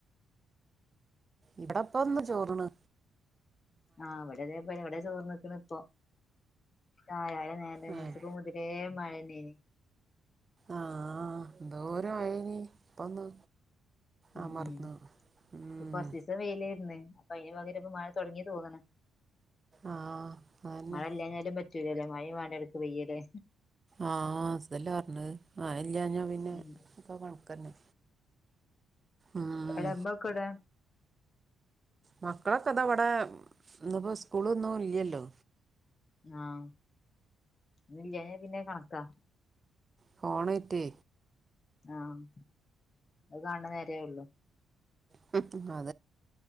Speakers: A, on the right (about 30°); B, on the left (about 35°).
A: ഇവിടെപ്പൊന്ന് ചോർന്ന്
B: ആഹ് ഇവിടതേപ്പ ഇവിടെ ചോർ ന്ക്കണ് ഇപ്പൊ ആ രാലെ നേരെ
A: ഏഹ്
B: എൻച്ചപ്പോ മുതലേ മഴന്നെന്
A: ആഹ് എന്തോരം മഴേനി ഇപ്പൊന്ന്
B: ഉം
A: അമർന്ന്
B: ഉം
A: ഉം
B: ഇപ്പോ കൊറച്ചീസം വെയിലായിരുന്ന് അപ്പൊ അയിന് പകരം ന്ന് മഴ തൊടങ്ങി തോന്നണ്
A: ആഹ് അതന്നെ
B: മഴ ഇല്ലാ ഞ്ഞാലും പറ്റ ല്ലാലേ മഴയും വേണ്ട അടുത്ത് പെയ്യൂല്ലേ
A: ആഹ് സ്തല്ല പറഞ്ഞത് മഴല്ലാഞ്ഞ പിന്നെ
B: ഉം
A: ഒക്കെ കണക്കന്നെ ഉം
B: എടെ മ്പക്കടേ
A: മക്കളൊക്കെ അതാ ഇവടെന്ന് ഇപ്പോ സ്കൂളൊന്നും ഇല്ല്യല്ലോ
B: ആഹ് ഞില്യാഞ്ഞ പിന്നെ കണക്കാ
A: ഫോണാറ്റേ
B: ആഹ് അത് കാണണ നേരേ ഉള്ളു
A: പ്പത്തുംപാ